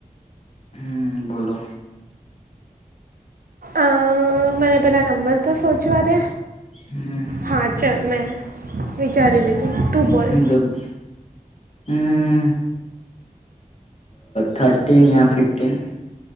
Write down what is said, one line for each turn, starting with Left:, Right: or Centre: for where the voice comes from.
Left: હમ બોલો
Right: આ. મને પેલા નંબર તો સોચવા દે
Left: હમ
Right: હા ચાલ મે. વિચારી લીધું તું બોલે.
Left: તબ. હમ થર્ટીીન યા ફિફ્ટીન.